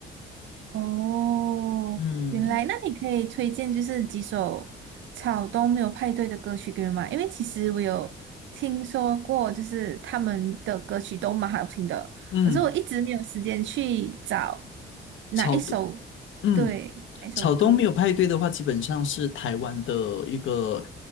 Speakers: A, on the right; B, on the left.
A: 哦，
B: 嗯，
A: 原来那你可以推荐就是几首草东没有派对的歌曲给我吗？因为其实我有听说过，就是他们的歌曲都蛮好听的，
B: 嗯，
A: 可是我一直没有时间去找哪一首，
B: 草东，嗯，
A: 对，哪一首歌。
B: 草东没有派对的话，基本上是台湾的一个，